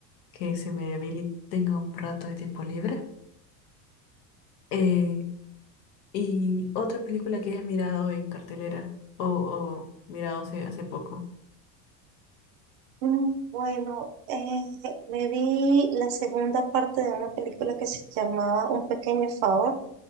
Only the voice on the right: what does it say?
Mm, Bueno, eh, me vi la segunda parte de una película que se llamaba Un pequeño favor